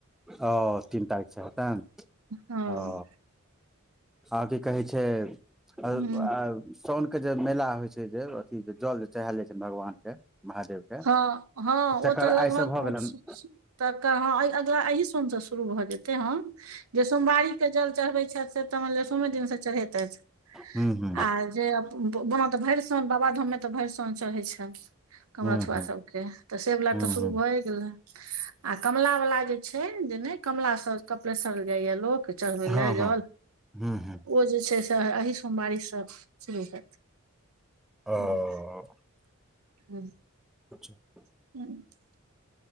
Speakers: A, in the centre; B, on the right.
A: ओ तीन तारीखसँ हतैन
B: हँ
A: ओ आ की कहै छै,
B: ह
A: आ-आ- सौन के जे मेला होइ छै जे अथी के जल जे चढ़ैल जाय छैन भगवान के, महादेव के
B: हँ हँ
A: तकर
B: ओ तऽ लगभग
A: आइ से भऽ
B: <unintelligible>
A: गेलनि
B: तऽ कहा अगिला एहि सोम से शुरू भऽ जेत ते हम। जे सोमवारीक के जल चढ़बैत छैथ से तऽ मैन लिय सोमे दिनसँ चढ़ेैतैथ।
A: हूं- हूं-
B: आ जे <unintelligible> त भैरसोन बाबा धाम मे तऽ भरिसोन चढ़य छैन। कमऽरथुआ
A: हूँ हूँ
B: सबके के। तऽ सेबला
A: हूँ
B: तऽ शुरू
A: हूँ
B: भएऽ गेले। आ कमला वला जे छै, जे नय कमला स कपलेसर जाययैऽ लोक चढ़बै
A: हँ
B: लय जल,
A: हँ हूँ हूँ
B: ओ जे छै से अही सोमवारीसँ शुरू हैत।
A: अ-
B: हम्म, <unintelligible>
A: <unintelligible>
B: <unintelligible>